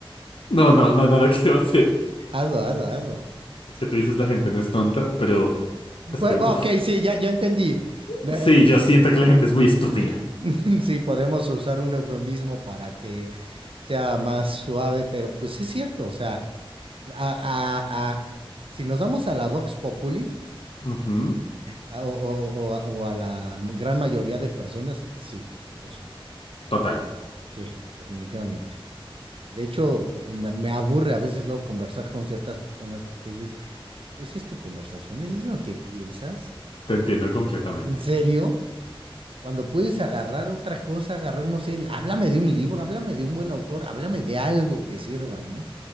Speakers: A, on the left; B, on the right.
A: No, no, no, no lo <laughs> quiero hacer.
B: Hazlo, hazlo, hazlo.
A: Es que tú dices la gente no es tonta, pero
B: Bu-
A: es que, uff.
B: bu- ok, sí, ya, ya entendí. Eh,
A: Sí, yo siento que la gente es muy estúpida.
B: <laughs> Sí, podemos usar un eufemismo para que sea más suave, pero pues es cierto, o sea, a- a- a- si nos damos a la Vox Populi
A: Ujú.
B: a- o, o- o a o a la gran mayoría de personas, sí, lo son,
A: Total,
B: sí, definitivamente. De hecho, me, me aburre a veces luego conversar con ciertas personas porque dices, ¿esa es tu conversación? ¿Eso es lo que piensas?
A: te entiendo completamente.
B: ¿En serio? Cuando puedes agarrar otra cosa, agarrar, no sé, háblame de un libro, háblame de un buen autor, háblame de algo que sirva, ¿no?